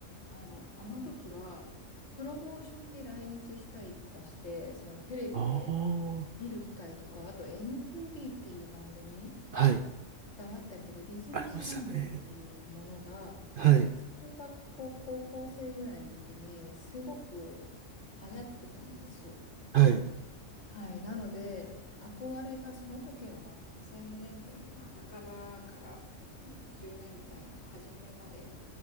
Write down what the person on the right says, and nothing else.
ああ。
はい。
ありましたね。はい。
はい。